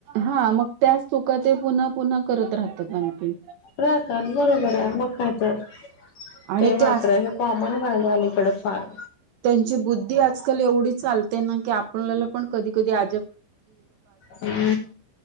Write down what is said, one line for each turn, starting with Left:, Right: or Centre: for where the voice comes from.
Right: हा मग त्याच चुका ते पुन्हा पुन्हा करत राहतात आणखीन
Left: राहतात बरोबराय मग काय तर,
Right: आणि
Left: ते
Right: त्या
Left: मात्र हे कॉमण व्हायलंय आलीकड फार
Right: त्यांची बुद्धी आजकाल एवढी चालते ना की, आपल्याला पण कधी कधी आ
Left: हम्म